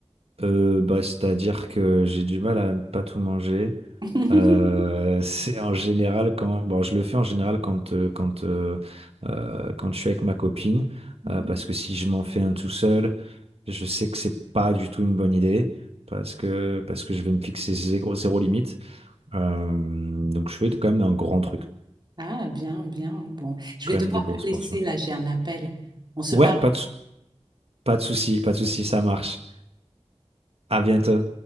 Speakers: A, on the right; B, on the right.
A: Euh, bah, c'est-à-dire que j'ai du mal à ne pas tout manger.
B: <laughs>
A: Euh, c'est en général quand, bon, je le fais en général quand euh, quand euh, euh, quand je suis avec ma copine,
B: Mhm.
A: euh, parce que si je m'en fais un tout seul, je sais que c'est pas du tout une bonne idée, parce que parce que je vais me fixer zéro, zéro limite. Euh, donc je fais quand même un grand truc,
B: Ah, bien, bien. Bon, je
A: quand
B: vais devoir
A: même des grosses
B: te laisser
A: portions.
B: là, j'ai un appel. On se
A: Ouais,
B: parle.
A: pas de, sou- pas de souci, pas de souci, ça marche. À bientôt.